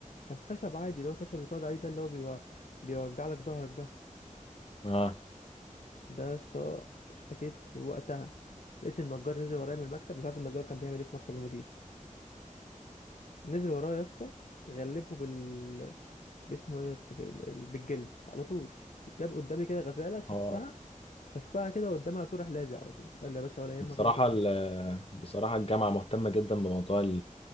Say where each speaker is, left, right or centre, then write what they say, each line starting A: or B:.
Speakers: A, on the left; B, on the left.
A: كان خشب عادي اللي هو الخشب اللي بتقعد عليه ده اللي هو بيو- بيوجع لك ظهرك ده
B: اه
A: ده يا اسطى اشتكيت في وقتها لقيت النجار نزل ورايا من المكتب مش عارف النجار كان بيعمل ايه في مكتب المدير نزل ورايا يا اسطى غلفه بال باسمه ايه يا اسطى بال... ال- بالجلد على طول جاب قدامي كده غزاله شفها
B: هو
A: شفها كده قدامي على طول راح لازق على طول قال لي يا باشا ولا يهمك
B: بصراحة
A: ولا تزعل
B: ال- بصراحة الجامعة مهتمة جدا بموضوع